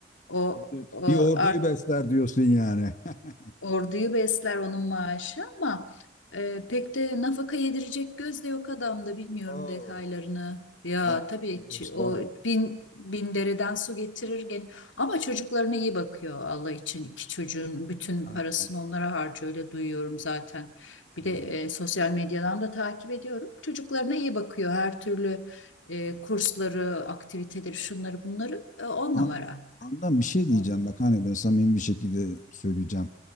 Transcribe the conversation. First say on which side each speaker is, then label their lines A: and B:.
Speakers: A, on the left (about 85°); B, on the left (about 40°).
A: O,
B: Ordu-
A: o
B: Bir orduyu besler diyorsun yani. <laughs>
A: Orduyu besler onun maaşı ama e, pek de nafaka yedirecek göz de yok adamda bilmiyorum
B: Aa,
A: detaylarını. Ya
B: vay
A: tabii
B: be göz
A: çi- o
B: vay.
A: bin, bin dereden su getirir gene. Ama çocuklarına iyi bakıyor Allah için. İki çocuğun bütün
B: Ha,
A: parasını onlara harcıyor öyle duyuyorum zaten. Bir
B: ha.
A: de e, sosyal medyadan da takip ediyorum. Çocuklarına iyi bakıyor her türlü e, kursları, aktiviteleri, şunları bunları e, on
B: Ha,
A: numara.
B: Handan bir şey diyeceğim
A: O,
B: bak hani ben samimi bir şekilde söyleyeceğim.